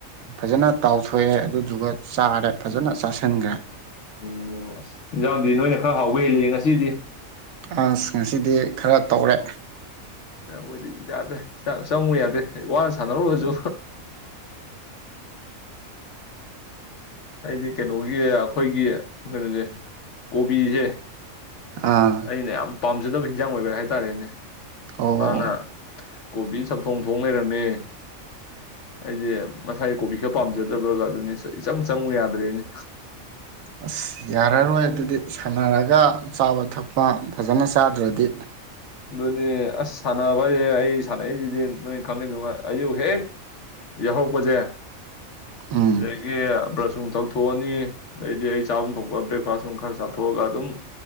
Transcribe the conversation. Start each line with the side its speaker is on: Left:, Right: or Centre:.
Right: ꯐꯖꯅ ꯇꯥꯎꯊꯣꯛꯑꯦ ꯑꯗꯨꯗꯨꯒ ꯆꯥꯔꯦ ꯐꯖꯅ ꯆꯥꯁꯤꯟꯈ꯭ꯔꯦ
Left: ꯑꯣ ꯑꯁ ꯏꯟꯖꯥꯡꯗꯤ ꯅꯣꯏꯅ ꯈꯔ ꯍꯥꯎꯕ ꯍꯦꯜꯂꯤ ꯉꯁꯤꯗꯤ
Right: ꯑꯟꯁ ꯉꯁꯤꯗꯤ ꯈꯔ ꯇꯧꯔꯦ
Left: ꯍꯣꯏꯗꯤ ꯌꯥꯗꯦ ꯆꯪꯉꯨ ꯌꯥꯗꯦ ꯋꯥꯅ ꯁꯥꯟꯅꯔꯨꯔꯁꯨ ꯑꯩꯗꯤ ꯀꯩꯅꯣꯒꯤ ꯑꯩꯈꯣꯏꯒꯤ ꯀꯩꯅꯣꯁꯦ ꯀꯣꯕꯤꯁꯦ
Right: ꯑꯥ
Left: ꯑꯅꯦ ꯌꯥꯝ ꯄꯥꯝ ꯑꯗꯨꯖꯗꯝ ꯍꯤꯟꯖꯥꯡ ꯑꯣꯏꯕ ꯍꯥꯏꯇꯥꯔꯦꯅꯦ
Right: ꯑꯣ
Left: ꯃꯥꯅ ꯀꯣꯕꯤ ꯆꯝꯊꯣꯡ ꯊꯣꯡ ꯂꯩꯔꯝꯃꯦ ꯑꯩꯗꯤ ꯃꯁꯥꯏꯒꯤ ꯀꯣꯕꯤ ꯈꯔ ꯄꯥꯝꯖꯗꯕꯒ ꯑꯗꯨꯅꯤ ꯏꯆꯪ ꯆꯪꯉꯨ ꯌꯥꯗ꯭ꯔꯦꯅꯤ
Right: ꯑꯁ ꯌꯥꯔꯔꯣꯏ ꯑꯗꯨꯗꯤ ꯁꯥꯟꯅꯔꯒ ꯆꯥꯕ ꯊꯛꯄ ꯐꯖꯅ ꯆꯥꯗ꯭ꯔꯗꯤ
Left: ꯑꯗꯨꯣꯅꯤ ꯑꯁ ꯁꯥꯟꯕ ꯑꯩ ꯁꯥꯟꯅꯏꯁꯤꯗꯤ ꯅꯣꯏ ꯈꯪꯉꯤꯗꯉ ꯑꯌꯨꯛ ꯍꯦꯛ ꯌꯥꯎꯔꯛꯄꯁꯦ
Right: ꯎꯝ
Left: ꯑꯗꯒꯤ ꯕ꯭ꯔꯁꯨꯡ ꯊꯧ ꯁꯣꯅꯤ ꯑꯗꯩꯗꯤ ꯑꯩ ꯆꯥꯐꯝ ꯊꯣꯛꯄ ꯕ꯭ꯔꯦꯛꯐꯥꯁ ꯅꯨꯡ ꯈꯔ ꯆꯥꯊꯣꯛꯑꯒ ꯑꯗꯨꯝ